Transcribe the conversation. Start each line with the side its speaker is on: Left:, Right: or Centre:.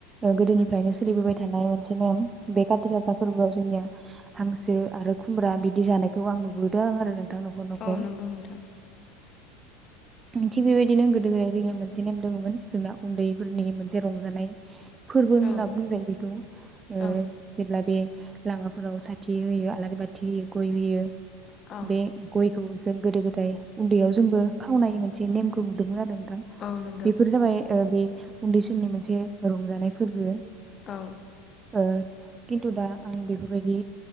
Right: गोदोनिफ्रायनो सोलिबोबाय थानाय मोनसे नेम बे खाथि गासा फोरबोआव जोंनिया हांसो आरो खुमब्रा बिदि जानायखौ आं नुबोदों आं आरो बां न'खर न'खर
Left: औ
Right: ओ
Left: नंगौ नोंथां
Right: नों थिग बेबायदिनो गोदो गोदाय जोंनिया मोनसे नेम दङमोन जोंना उन्दैफोरनि मोनसे रंजानाय फोरबो होनना
Left: औ
Right: बुंजायो बेखौ ओ
Left: औ
Right: जेब्ला बे लामाफोराव साथि होयो आलारि बाथि होयो गय होयो।
Left: औ
Right: बे गयखौ जों गोदो गोद थाय उन्दैयाव जोंबो खावनाय मोनसे नेमखौ नुदोंमोन आरो नोंथा। बेफोर
Left: औ नंगौ
Right: जाबाय ओ बे उन्दै जोंनि मोनसे रंजानाय फोरबो।
Left: औ
Right: औ। किनतु दा आं बेफोरबायदि